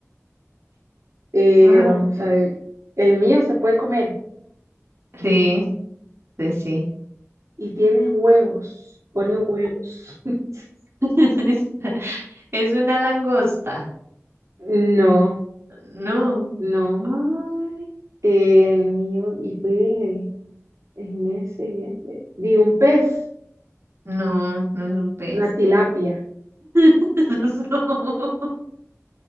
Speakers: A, on the right; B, on the right.
A: Eh,
B: <laughs>
A: vamos a ver. El mío se puede comer
B: Sí, sí, sí. sí.
A: y tiene huevos. Pone huevos. <laughs>
B: <laughs> Es una langosta.
A: No.
B: No.
A: No,
B: Ay,
A: el mío, y vive en el, en ese, en ese. Di un pez,
B: No, no es un pez.
A: una tilapia.
B: <laughs> No.